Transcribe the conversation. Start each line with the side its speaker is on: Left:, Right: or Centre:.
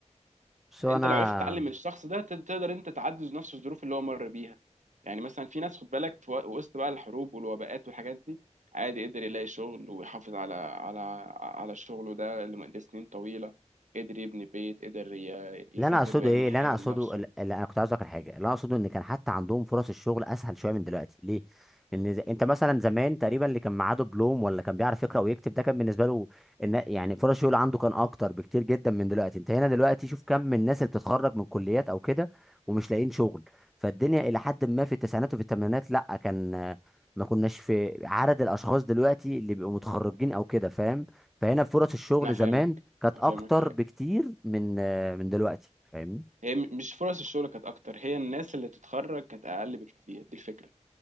Centre: بس انا
Right: انت لو عرفت تتعلم من الشخص ده تد- تقدر انت تعدي نفس الظروف اللي هو مر بيها يعني مثلا في ناس خد بالك في و- وسط بقى الحروب والوباءات والحاجات دي عادي قدر يلاقي شغل ويحافظ على على على شغله ده لم- لسنين طويلة قدر يبني بيت قدر ي-
Centre: اللي
Right: يسافر
Centre: انا اقصده
Right: ويعمل
Centre: ايه اللي
Right: حاجة
Centre: انا اقصده
Right: لنفسه
Centre: اللي انا كنت عايز اذكر حاجه اللي انا اقصده ان كان حتى عندهم فرص الشغل اسهل شويه من دلوقتي ليه لان ز- انت مثلا زمان تقريبا اللي كان معاه دبلوم ولا كان بيعرف يقرا ويكتب ده كان بالنسبه له إن يعني فرص الشغل عنده كان اكتر بكتير جدا من دلوقتي انت هنا دلوقتي شوف كم من الناس اللي بتتخرج من كليات او كده ومش لاقيين شغل فالدنيا الى حد ما في التسعينات وفي الثمانينات لا كان آه، ما كناش في عدد الاشخاص دلوقتي اللي بيبقوا متخرجين او كده فاهم فهنا فرص الشغل
Right: انا فاهمك
Centre: زمان كانت
Right: انا
Centre: اكتر
Right: فاهمك حاجة
Centre: بكتير من من دلوقتي فاهمني
Right: هي م- مش فرص الشغل كانت اكتر هي الناس اللي تتخرج كانت اقل بكتير دي الفكرة